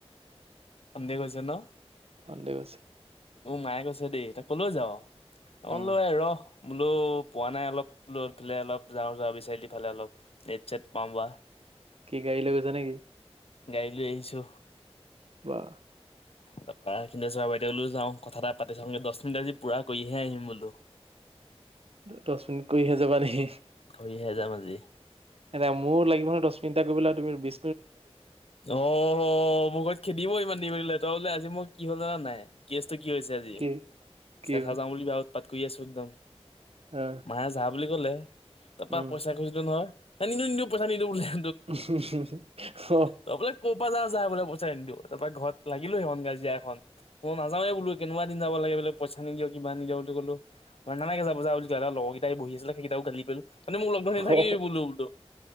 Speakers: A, on the left (about 65°); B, on the right (about 65°).
A: আন্দে কৈছে ন
B: ধ দে বছে
A: উ মায়ে কৈছে দেই তই কলেও যাও অ
B: উম
A: লৈ ৰ বোলো পোৱা নাই অলপ লালে অলপ যাওঁ চ বিচাৰি দিালে অলপ নেট চেট পাম বা
B: কি গাড়ী লৈ গৈছা নেকি
A: গাড় লৈ আহিছো
B: ৱ
A: তাৰ পৰাৰা সন্ত চোৱা বাইদেউওলও যাওঁ কথা এটা পাতি চাওঁ দহ মিনিট আজি পুৰা কৰিহে আহিম বোলো
B: দহ মিনিট কৰিহে যাবা নেকি এ
A: কৰিহে যাম আজি
B: মোৰ লাগিব নহয় দহ মিনিটটা কৰিবেল তু বি
A: অ মোৰ ঘত খেদিব ইমান দিিবিল তই বোলে আজি মোৰ কি হ'ল জানা নাই কেচটো কি হৈছে আজি
B: কি কি
A: চাজা বুলি ব্য পাত গুৈ আ সুদ্ধদাম
B: অ
A: মায়ে জ বুলি ক'লে তাৰপা
B: উম
A: পইচা কচো নহয় ন নিু নি পইচা নিদ উে
B: উ উম হম
A: তপ ক'ব বজ যা বোলে পইচাই আনি দিওঁ তাৰ পৰা ঘৰত লাগিলো সেইখন গাজিয়া এখন ম নাৱ বোলো কেকুৱািন যাব লে বোলে পইা নি যা কিবা নি যা বুলি কলো মানে নে চাবজজ তাইহি আছিল সেইটাও গালি পো তহঁতি মোক লগ ধি থাকিবি
B: অ
A: বোলো বোলো